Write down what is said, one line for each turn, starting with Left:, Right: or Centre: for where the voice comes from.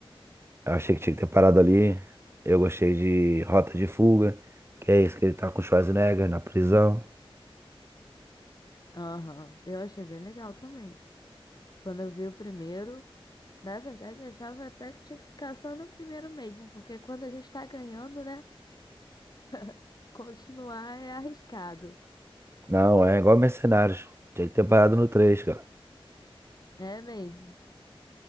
Right: Eu achei que tinha que ter parado ali. Eu gostei de Rota de Fuga, que é isso que ele tá com o Schwarzenegger na prisão.
Left: Aham, eu achei bem legal também. Quando eu vi o primeiro, na verdade, eu achava até que tinha que ficar só no primeiro mesmo, porque quando a gente tá ganhando, né? <laughs> Continuar é arriscado.
Right: Não, é igual Mercenários. Tinha que ter parado no três, cara.
Left: É mesmo.